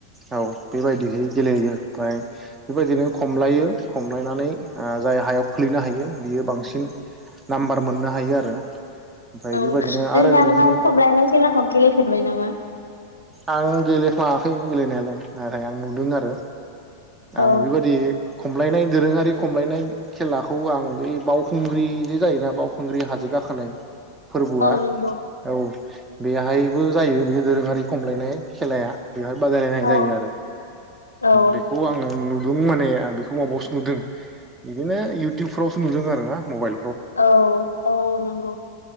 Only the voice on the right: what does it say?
औ बेबायदिहै गेलेयो ओमफ्राय बेबायदिनो खमलायो खमलायनानै ओ जाय हायाव खोलैनो हायो बियो बांसिन नाम्बार मोननो हायो आरो ओमफ्राय
बेबायदिनो
आरो बिदिनो
आं गेलेफ्लाङाखै गेलेनायालाय नाथाय आं नुदों आरो। आं
बेबायदि खमलायनाय दोरोङारि खमलायनाय खेलाखौ आं बै बावखुंग्रि जे जायोना बावखुंग्रि हाजो गाखोनाय फोरबोआ
औ बेहाय बो जायो बे दोरोङारि खमलायनाय खेलाया बेवहाय बादायलायनाय
जायो आरो
बेखौ आङो नु दं माने आं बेखौ माबायावसो नुदों बिदिनो इउटुबफ्रावसो नुदों आर ना मबाइल